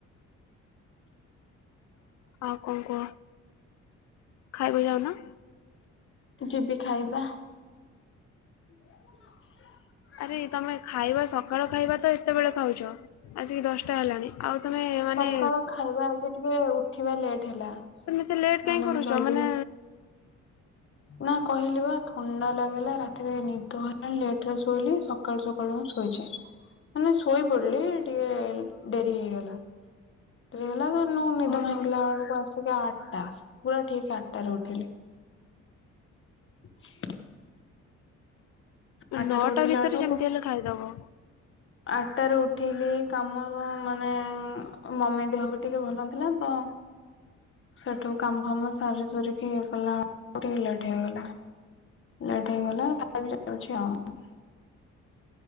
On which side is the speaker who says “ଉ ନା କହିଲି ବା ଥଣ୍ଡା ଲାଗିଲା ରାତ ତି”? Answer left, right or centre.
Left